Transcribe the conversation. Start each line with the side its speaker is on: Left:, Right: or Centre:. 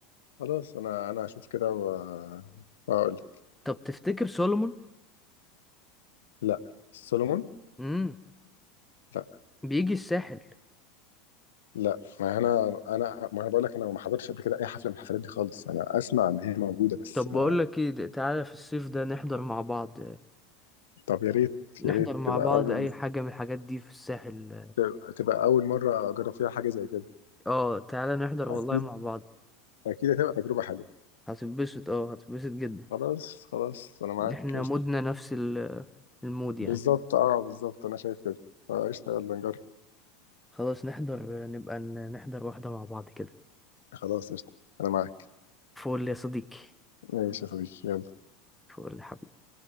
Left: خلاص انا انا هشوف كده و- واقول لك
Centre: طب تفتكر سولومون
Left: لا سولومون
Centre: امم
Left: لا
Centre: بيجي الساحل
Left: لا ما انا انا ما انا بقول لك انا ما حضرتش قبل كده اي حفله من الحفلات دي خالص انا اسمع ان هي موجوده بس
Centre: طب بقول
Left: ما
Centre: لك ايه ده- تعالى في الصيف ده نحضر مع بعض
Left: طب يا ريت
Centre: نحضر
Left: يا ريت
Centre: مع
Left: تبقى
Centre: بعض
Left: اول
Centre: اي حاجه من الحاجات دي في الساحل
Left: تبقى تبقى اول مره اجرب فيها حاجه زي كده
Centre: اه تعالى نحضر والله
Left: اكيد
Centre: مع بعض
Left: اكيد هتبقى تجربه حلوه
Centre: هتتبسط اه هتتبسط جدا
Left: خلاص خلاص انا معاك
Centre: احنا
Left: قشطه
Centre: مودنا نفس ال- المود يعني
Left: بالظبط اه بالظبط انا شايف كده فقشطه يلا نجرب
Centre: خلاص نحضر نبقى ن- نحضر واحده مع بعض كده
Left: خلاص قشطه انا معاك
Centre: فول يا صديقي
Left: ماشي يا صديقي يلا
Centre: فول يا حبيبي